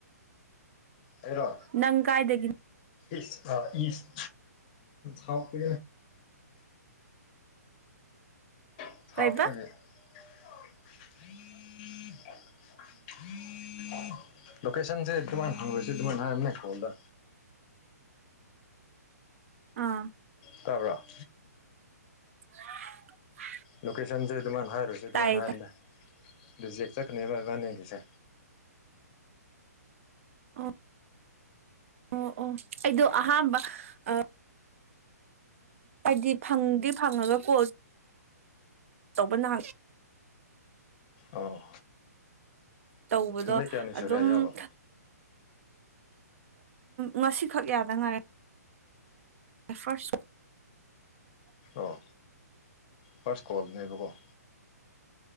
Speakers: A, on the left; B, on the right.
A: ꯑꯩꯔꯣ
B: ꯅꯪ ꯀꯥꯏꯗꯒꯤ
A: ꯏꯁ ꯑ ꯏꯁ ꯍꯥꯎꯇꯦ <unintelligible>
B: ꯀꯩꯕ
A: ꯂꯣꯀꯦꯁꯟꯁꯦ ꯑꯗꯨꯃꯥꯏ ꯍꯪꯉꯣꯏꯁꯦ ꯑꯗꯨꯃꯥꯏ ꯍꯥꯏꯕꯅꯦ ꯀꯣꯜꯗ
B: ꯑꯥ
A: ꯇꯥꯕ꯭ꯔ
B: <unintelligible>
A: ꯂꯣꯀꯦꯁꯟꯁꯦ ꯑꯗꯨꯃꯥꯏꯅ ꯍꯥꯏꯔꯣꯏꯁꯦ ꯑꯗꯨꯃꯥꯏ
B: ꯇꯥꯏꯌꯦ
A: ꯍꯥꯏꯔꯗꯤꯅꯦ
B: ꯇꯥꯏ
A: ꯔꯤꯖꯦꯛ ꯆꯠꯀꯅꯦꯕ ꯏꯕꯥꯅꯦꯒꯤꯁꯦ
B: ꯑꯣ ꯑꯣ ꯑꯣ ꯑꯩꯗꯣ ꯑꯍꯥꯟꯕ ꯑ ꯍꯥꯏꯗꯤ ꯐꯪꯗꯤ ꯐꯪꯉꯒ ꯀꯣꯜ ꯇꯧꯕ ꯅ
A: ꯑꯣ
B: ꯇꯧꯕꯗꯣ
A: ꯅꯨꯃꯤꯠ ꯀꯥꯌꯅꯤ ꯁꯨꯔꯦ
B: ꯑꯗꯨꯝ
A: ꯌꯧꯕ
B: ꯉꯁꯤꯈꯛ ꯌꯥꯗꯉꯥꯏ ꯐꯥꯁ
A: ꯑꯣ ꯐꯥꯔꯁ ꯀꯣꯜꯅꯦꯕꯀꯣ